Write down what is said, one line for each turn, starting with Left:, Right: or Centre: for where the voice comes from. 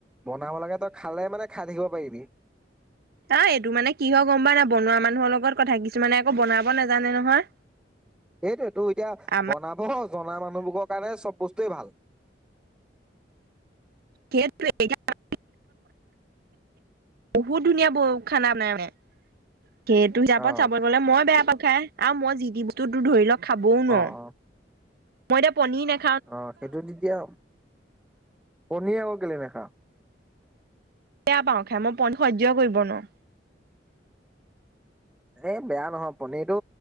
Centre: বনাব লাগে, তই খালে মানে খাই থাকিব পাৰিবি
Right: আহ, এইটো মানে কিহ গম না বনোৱা মানুহৰ লগত কথা, কিছুমানে আকৌ বনাব নাজানে নহয়
Centre: এইটোয় তটো এতিয়া
Right: আমাৰ
Centre: বনাব জনা, মানুহবোৰৰ কাৰণে চব বস্তুৱয়ে ভাল
Right: <unintelligible> বহুত ধুনীয়া ব খানা বনাই মানে সেইটো হিচাপত
Centre: অ',
Right: চাব গলে মই বেয়া পা খাই আৰু মই যি দিব ধৰি লওক খাবও নোৱাৰো,
Centre: অ', অ',
Right: মই এতিয়া পন ন
Centre: অ', সেইটো তেতিয়া, কনী আকৌ কেলে নেখা
Right: বেয়া পাওঁ খাই, মই পনীৰ সহ্য কৰিব ন
Centre: এ, বেয়া নহয়, পনীৰটো